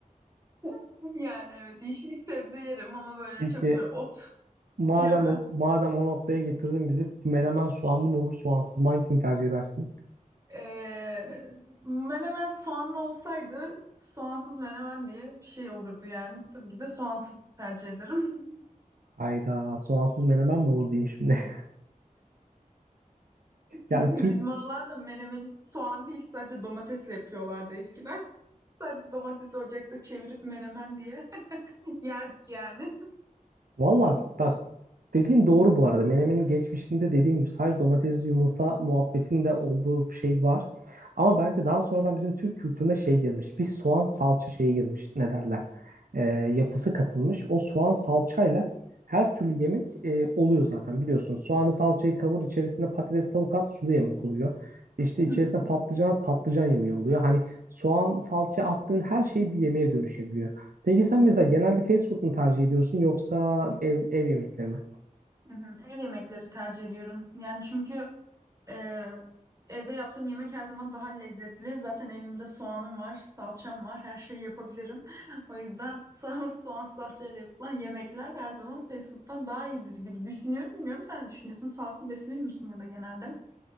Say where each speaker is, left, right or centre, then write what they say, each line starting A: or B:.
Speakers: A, on the right; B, on the right.
A: <laughs> Yani evet yeşillik sebze yerim ama böyle
B: Peki
A: çok böyle ot <laughs>
B: madem
A: yemem.
B: o, madem o noktaya getirdin bizi menemen soğanlı mı olur soğansız mı hangisini tercih edersin?
A: Ee, menemen soğanlı olsaydı soğansız menemen diye bir şey olurdu yani. Tabii ki de soğansız tercih ederim. <laughs>
B: Hayda soğansız menemen mi olur diyeyim şimdi. <laughs>
A: Bizim
B: Yani Türk
A: bizim oralarda menemeni soğan değil sadece domatesle yapıyorlardı eskiden. <laughs> Sadece domatesi ocakta çevirip menemen diye <laughs> yerdik yani.
B: Valla bak dediğin doğru bu arada. Menemenin geçmişinde dediğin gibi sadece domatesli yumurta muhabbetinde olduğu şey var. Ama bence daha sonradan bizim Türk kültürüne şey girmiş. Bir soğan salça şeyi girmiş ne derler. Ee, yapısı katılmış. O soğan salçayla her türlü yemek e, oluyor zaten biliyorsun. Soğanı salçayı kavur içerisine patates tavuk at sulu yemek oluyor. İşte içerisine
A: <laughs>
B: patlıcan at patlıcan yemeği oluyor. Hani soğan salça attığın her şey bir yemeğe dönüşebiliyor. Peki sen mesela genelde fast food mu tercih ediyorsun yoksa ev, ev yemekleri mi?
A: Hı hı. Ev yemekleri tercih ediyorum. Yani çünkü Ee, evde yaptığım yemek her zaman daha lezzetli. Zaten evimde soğanım var, salçam var, her şeyi yapabilirim. <laughs> O yüzden sa- soğan salçayla yapılan yemekler her zaman fast food'dan daha iyidir gibi düşünüyorum. Bilmiyorum sen ne düşünüyorsun? Sağlıklı besleniyor musun ya da genelde?